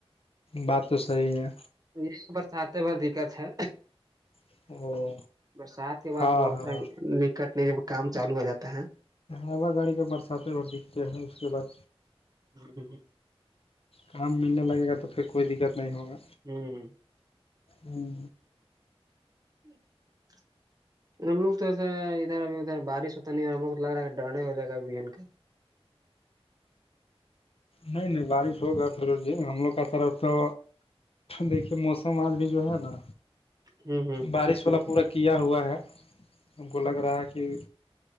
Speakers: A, on the left; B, on the right.
A: بات تو صحیح ہے
B: یہ برسات بھر دقت ہے
A: او
B: برسات کے بعد
A: ہاں
B: توا
A: ہاں
B: نکٹ نہیں کام چالو ہو جاتا ہے
A: ہوا گاڑی کے برساتیں بھر دکھتے ہیں اس کے بعد
B: ہ ہ ہ <unintelligible>
A: کام ملنے لگے گا تو پھر کوئی دقت نہیں ہوگا
B: ہوں
A: ہوں
B: جی <unintelligible> ہم لوگ تو ایسا ادھر اھی ادھر بارش ہوتا نہیں ہے اور ہم لوگ تو لگ رہا ہے کہ ڈرے ہو جائے گا ان کا
A: نہیں نہیں بارش ہو گیا تھ ہم لوگ کا طرف تو دیکھیے موسم آج بھی جو ہے نا
B: ہوں ہوں
A: بارش والا پورا کیا ہوا ہے ہم کو لگ رہا ہے کہ